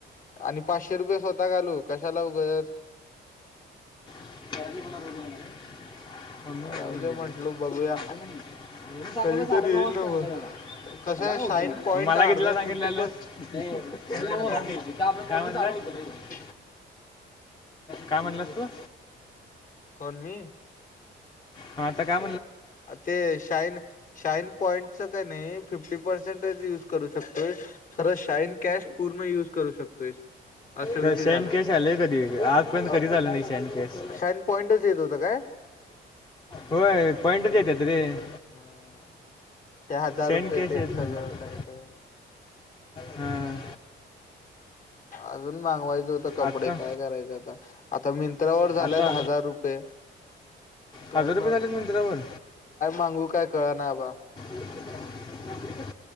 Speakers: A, on the left; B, on the left.
A: आणि पाचशे रुपये स्वतः घालू कशाला उगाच.
B: <unintelligible>
A: राहूदे म्हंटलो बघूया
B: चांगलं
A: कधीतरी
B: साडेनऊ
A: येईल ना
B: चांगल
A: मग
B: <unintelligible>
A: कसं आहे शाईन पॉईंट
B: म मला
A: अर्ध
B: कतीला सांगितलेलं,
A: फिफ्टी पर्स
B: काय म्हटलं?
A: काय
B: <unintelligible>
A: <inaudible>
B: काय म्हणलंस तू?
A: कोण मी?
B: हा आता का
A: ते शाईन, शाईन पॉइंटच क नाई फिफ्टी पर्सेंटच युज करू शकत. खरं शाईन कॅश पूर्ण युज करू शकतोय. असा
B: तर
A: विषय
B: शैन
A: झालाय.
B: कॅश आले कधी आजपर्यंत
A: अ
B: कधी झालं नाही शैन कॅश
A: शईन पॉइंटच येत होत काय?
B: होय पॉईंटच येतात. रे
A: हम ते हजार
B: सेंड
A: रुपये
B: कॅश
A: तेन
B: येत
A: सगळं
B: नाही
A: काय काय
B: हां
A: अजून मागवायच <unintelligible> कपडे
B: आत्ता
A: काय करायच आता, आता मंत्रावर झाल्यात
B: आता
A: हजार रुपये. काय
B: हजार रुपये झालेत मंदिरावर
A: मागू काय कळना अबा.
B: <unintelligible>